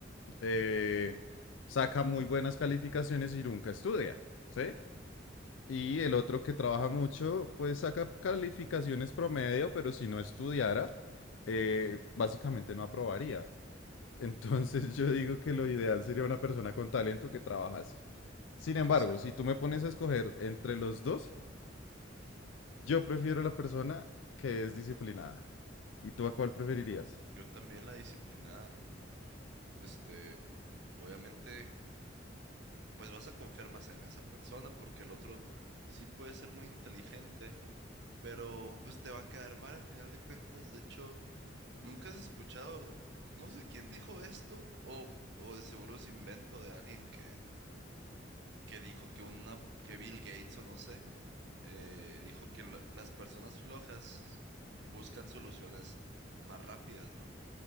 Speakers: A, on the left; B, on the right.
A: eh, saca muy buenas calificaciones y nunca estudia, ¿sí? Y el otro que trabaja mucho, pues saca calificaciones promedio, pero si no estudiara, eh, básicamente no aprobaría. Entonces yo digo que lo ideal sería una persona con talento que trabajase. Sin embargo,
B: Exacto.
A: si tú me pones a escoger entre los dos, yo prefiero la persona que es disciplinada. ¿Y tú a cuál preferirías?
B: Yo también la disciplinada. este, obviamente, pues vas a confiar más en esa persona porque el otro sí puede ser muy inteligente, pero pues te va a quedar mal al final de cuentas. De hecho, nunca has escuchado, no sé quién dijo esto, o, o de seguro es invento de alguien que, que dijo que una, que Bill Gates o no sé, eh, dijo que la- las personas flojas buscan soluciones más rápidas, ¿no?